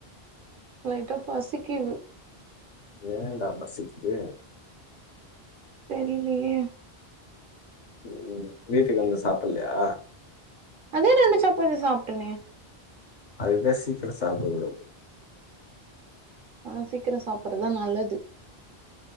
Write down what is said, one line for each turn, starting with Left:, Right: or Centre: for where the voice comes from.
Right: லைட்டா பசிக்குது
Left: ஏன்டா பசிக்குது
Right: தெரிலியே
Left: ம் வீட்டுக்கு வந்து சாப்ட்லையா
Right: அதே ரெண்டு சப்பாத்தி சாப்ட்டேனே
Left: அதுக் தா சீக்கிர சாப்பிட கூடாது
Right: ஆனா சீக்கிர சாப்டுறதா நல்லது